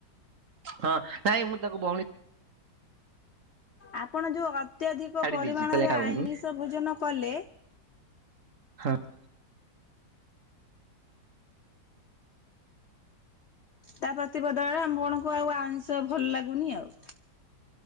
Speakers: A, on the right; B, on the left.
A: ହଁ ନାଇଁ ମୁଁ ତାକୁ ଭଉଣୀ
B: ଆପଣ ଯୋଉ ଅତ୍ୟଧିକ
A: ଛାଡି
B: ପରିମାଣରେ
A: ଦେଇଛି କହିଲା ଖାଉନି
B: ଆଇମିଷ ଭୋଜନ କଲେ
A: ହଁ।
B: ତା ପ୍ରତି ବଦଳରେ ଆମେ ମାନଙ୍କୁ ଆଉ ଆ ତ ଭଲ ଲାଗୁନି ଆଉ।